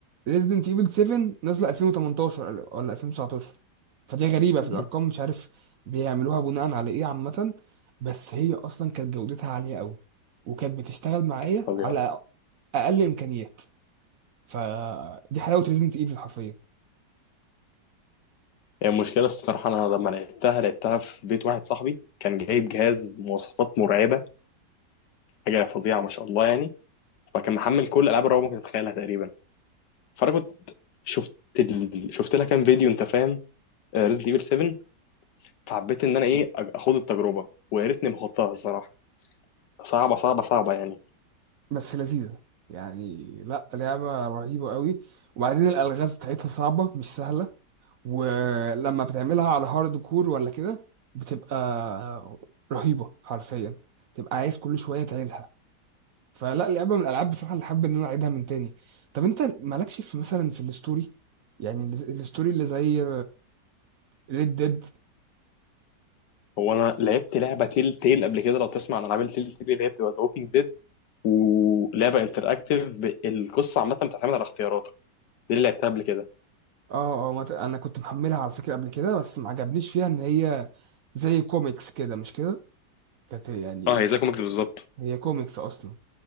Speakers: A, on the right; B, on the left.
A: ريزيدنت ايفل 7 نازله 2018 ولا 2019 فدي غريبه
B: مم.
A: في الارقام مش عارف بيعملوها بناء على ايه عامه بس هي اصلا كانت جودتها عاليه قوي وكانت بتشتغل معايا
B: كانت فظيعه
A: على اقل امكانيات فدي حلاوه ريزيدنت ايفل حرفيا
B: هي يعني المشكله الصراحه انا لما لعبتها لعبتها في بيت واحد صاحبي كان جايب جهاز مواصفات مرعبه حاجه فظيعه ما شاء الله يعني فكان محمل كل العاب الرعب ممكن تتخيلها تقريبا فانا كنت شفت ال... شفت لها كام فيديو انت فاهم ريزد ايفل 7 فحبيت ان انا ايه أج- اخد التجربه ويا ريتني ما خدتها الصراحه صعبه صعبه صعبه يعني
A: بس لذيذه يعني لا لعبه رهيبه قوي وبعدين الالغاز بتاعتها صعبه مش سهله ولما بتعملها على هارد كور ولا كده بتبقى رهيبه حرفيا تبقى عايز كل شويه تعيدها فلا لعبه من الالعاب بصراحه اللي حابب ان انا اعيدها من تاني طب انت مالكش في مثلا في الستوري يعني ال- الستوري اللي زي ريد ديد
B: هو انا لعبت لعبه تيل تيل قبل كده لو تسمع عن العاب التيل تيل اللي هي بتبقى ذا ووكينج ديد ولعبه انتراكتيف ب- القصه عامه بتعتمد على اختياراتك دي اللي لعبتها قبل كده
A: اه اه ما ت- انا كنت محملها على فكره قبل كده بس ما عجبنيش فيها ان هي زي كوميكس كده مش كده كانت يعني
B: اه هي زي كوميكس بالظبط
A: هي كوميكس اصلا